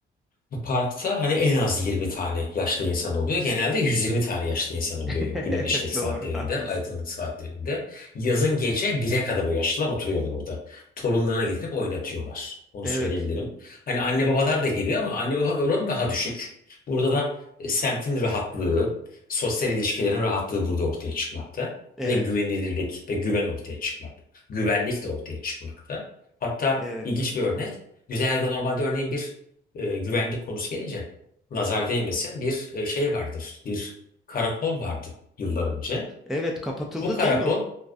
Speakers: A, on the left; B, in the centre.
A: Bu parkta hani en az 20 tane yaşlı insan oluyor. Genelde 120 tane yaşlı insan oluyor
B: <laughs>
A: günün
B: Evet,
A: işlek saatlerinde,
B: doğru haklısın.
A: aydınlık saatlerinde. Yazın gece 1'e kadar o yaşlılar oturuyorlar orada. Torunlarına getirip oynatıyorlar. Onu
B: Evet.
A: söyleyebilirim. Hani anne babalar da geliyor ama anne babanın oranı daha düşük. Burada da e, semtin rahatlığı, sosyal ilişkilerin rahatlığı burada ortaya çıkmakta.
B: Evet.
A: Ve güvenilirlik ve güven ortaya çıkmakta. Güvenlik de ortaya çıkmakta. Hatta
B: Evet.
A: ilginç bir örnek. Güzel'de normalde örneğin bir e, güvenlik konusu gelince nazar değmesin bir e, şey vardır. Bir karakol vardı yıllar önce.
B: Evet kapatıldı
A: Bu karakol
B: değil mi o?